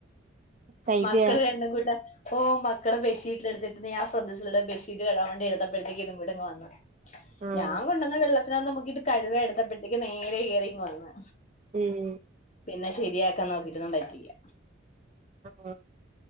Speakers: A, on the right (about 35°); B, on the left (about 35°).
A: കൈകേ
B: മക്കള് രണ്ടും കൂടെ ഓഹ് മക്കള് ബെഡ്ഷീെറ്റില് എടുത്ത് ഇട്ടിരുന്നു ഞാൻ ശ്രദ്ദിച്ചില്ല ബെഡ്ഷീറ്റ് കഴുകാൻ വേണ്ടി എടുത്തപ്പളെ ഇതും കൂടി ഇങ്ങ് വന്നു
A: ആഹ്
B: ഞാൻ കൊണ്ടുവന്ന വെള്ളത്തിനകന്ന് മുക്കിയിട്ട് കഴുവി എടുത്തപ്പോഴത്തേക്ക് നേരെ കേറി ഇങ്ങ് വന്ന്
A: ഉം
B: പിന്നെ ശരിയാക്കാൻ നോക്കിട്ടോന്നും പറ്റിയില്ല
A: ആഹ് ആഹ്